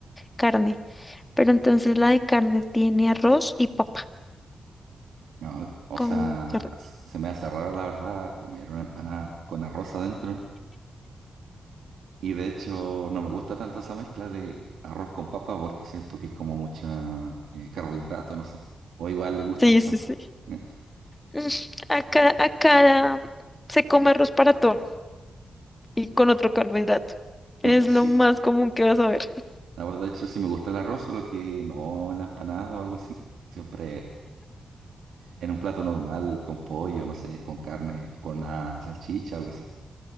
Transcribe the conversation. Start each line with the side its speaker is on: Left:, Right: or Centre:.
Left: carne. Pero entonces la de carne tiene arroz y papa
Right: No, o
Left: con
Right: sea,
Left: carne.
Right: s- se me hace raro la verdad comer una empanada con arroz adentro. Y de hecho no me gusta tanto esa mezcla de arroz con papa porque siento que es como mucha eh, carbohidrato, no sé. O igual le gusta
Left: Sí,
Right: eso.
Left: sí, sí.
Right: <laughs>
Left: Mm, Acá, acá se come arroz para todo y con otro carbohidrato. Es
Right: Sí,
Left: lo más común que vas a ver.
Right: la verdad, de hecho, sí me gusta el arroz, solo que no en la empanada o algo así. Siempre en un plato normal, con pollo, no sé, con carne, con una salchicha, algo así.